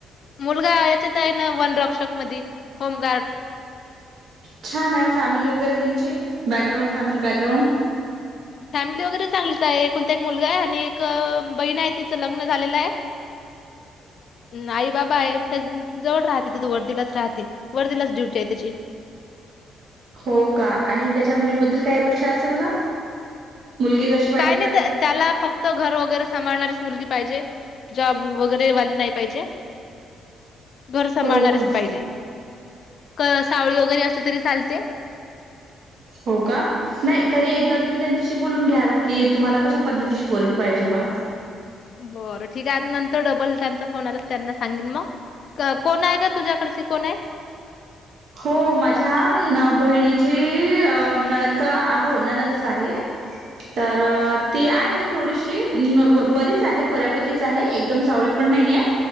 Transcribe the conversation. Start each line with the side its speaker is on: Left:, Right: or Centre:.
Left: मुलगा याच्यात आहे ना वन रक्षक म होमगार्ड
Right: छान आहे फॅमिली वगैरे त्यांची बॅकग्राउंड फॅमिली बॅकग्राउंड
Left: फॅमिली वगैरे चांगलीच आहे एकुलता एक मुलगा आहे आणि एक बहीण आहे तिचं लग्न झालेलं आहे <inaudible> आई बाबा आहे त्या जवळ राहते तिथू वर्दीलाच राहते वर्दीलाच ड्युटी आहे त्याची
Right: हो का आणि त्याच्या मुलीबद्दल काही अपेक्षा असेल ना मुलगी कशी पाहिजे
Left: काय नाही त्याला फक्त घर वगैरे सांभाळणारीच मुलगी पाहिजे जॉब वगैरे वाली नाही पाहिजे घर सांभाळणारच
Right: हो का
Left: पाहिजे सावळी वगैरे असली तरी चालते
Right: हो का नाही तरी एकदा तुम्ही त्यांच्याशी बोलून घ्याल की तुम्हाला कशा पद्धतीची बोरगी पाहिजे बा
Left: बरं ठीक आहे नंतर डबल त्यांचा फोन आला त्यांना सांगेन मग कोण आहे का तुझ्याकडची कोण आहे
Right: हो माझ्या बहिणीची ननद का हो ननदच आहे
Left: हो
Right: तर ते आहेत थोडीशी बरीच आहे बऱ्यापैकीच आहे एकदम सावळी पण नाहीे